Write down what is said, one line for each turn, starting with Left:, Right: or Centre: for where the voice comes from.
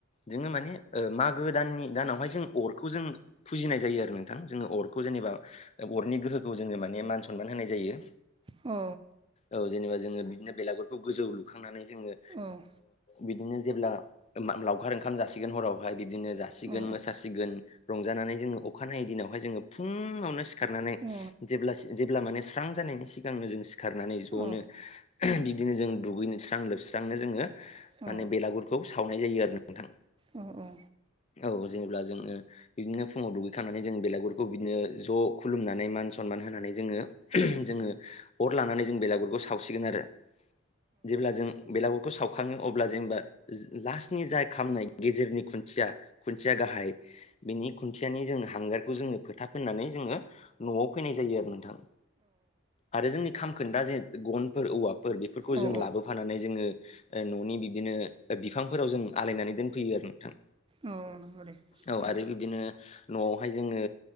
Left: जोङो माने मा' गो दाननि दानावहाय जों अरखौ जों फुजिनाय जायो आरो। नोंथां जोङो अरखौ जेनेबा, ओ अरनि गोहोखौ जोङो माने, मान - सनमान होनाय जायो।
Right: औ,
Left: औ जेनेबा जोङो बिदिनो बेलागुरखौ गोजौ लुखांनानै जोङोओ
Right: औ
Left: बिदिनो जेब्ला लावखार ओंखाम जासिगोन हरावहाय बिदिनो जा- -सिगोन,
Right: अ
Left: मोसिगोन रंजानानै जोङो अखानायै दिनावहाय जोङो फुङावनो, सिखारनानै
Right: अ उम
Left: जेब्ला-जेब्ला माने स्रां जानायनि सिगांनो जों सिखारनानै ज'नो
Right: अ
Left: बिबदिनो जों दुगैनोस्रां लोबस्रांनो जोङो,
Right: अ
Left: माने बेलागुरखौ सावनाय जायो आरो। नोंथां
Right: अ, औ
Left: औ जेनेबा जोङो बिदिनो फुङाव दुगैखांनानै जों बेलागुरखौ, बिदिनो ज' खुलुमनानै मान सनमान होनानै जोङो, जोङो अर लानानै जों बेलागुरखौ सावसिगोन आरो। जेब्ला जों बेलागुरखौ सावखाङो अब्ला जेनेबा, लास्टनि जाय खामनाय गेजेरनि खुन- खुन्थिया-खुन्थिया गाहाय बिनि खुन्थियानि जों हांगारखौ जोङो फोथा फुनानै जोङो, न'आव फैनाय जायो आरो नोंथां। आरो जोंनि खामखोन्दा जे गनफोर, औवाफोर बेफोरखौ
Right: औ
Left: जों लाबोफा- फानानै जोङो ओ न'नि बिदिनो बिफांफोराव जों आलायनानै दोनफैयो आरो नोंथां।
Right: औ नंगौ दे।
Left: औ
Right: उम
Left: आरो बिबदिनो न'आवहाय जोङो,